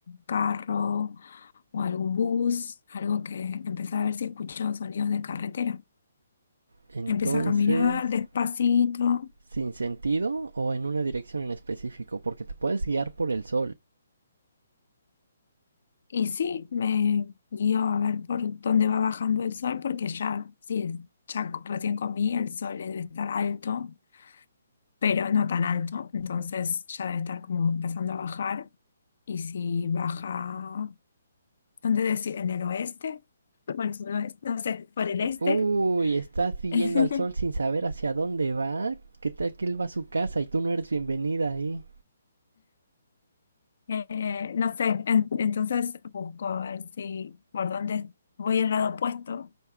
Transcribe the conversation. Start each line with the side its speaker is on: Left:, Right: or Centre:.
Left: carro o algún bus, algo que empezar a ver si escucho sonidos de carretera.
Right: Entonces,
Left: Empiezo a caminar despacito,
Right: ¿sin sentido o en una dirección en específico? Porque te puedes guiar por el sol.
Left: Y sí, me guío a ver por dónde va bajando el sol, porque ya, sí, es- ya co- recién comí, el sol debe estar alto, pero no tan alto, entonces ya debe estar como empezando a bajar. Y si baja, ¿dónde decir? ¿En el oeste? Bueno, sudoeste, no sé, por el este.
Right: Uy, estás siguiendo
Left: <laughs>
Right: al sol sin saber hacia dónde va. ¿Qué tal que él va a su casa y tú no eres bienvenida ahí?
Left: Eh, no sé, en- entonces busco a ver si por dónde voy al lado opuesto